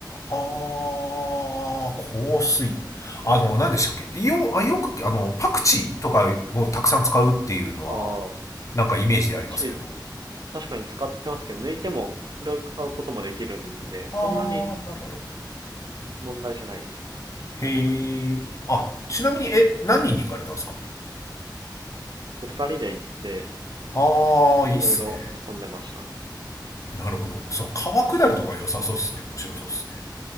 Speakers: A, on the left (about 40°); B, on the right (about 65°).
A: あー、香水。あの、何でしたっけよ、あ、よく、あの、パクチーとかをたくさん使うっていうのは、
B: ああ、
A: なんかイメージでありますけど。
B: パクチー確かに使ってますけど、抜いても、使うこともできるんで、そんなに
A: ああなるほど。
B: 問題じゃないです。
A: へえ。あ、ちなみに、え、何人で行かれたんですか
B: 二人で行って、
A: ああいいっすね。
B: いろいろ遊んでましたね。
A: なるほど。その川下りとか良さそうっすね。面白そうっすね。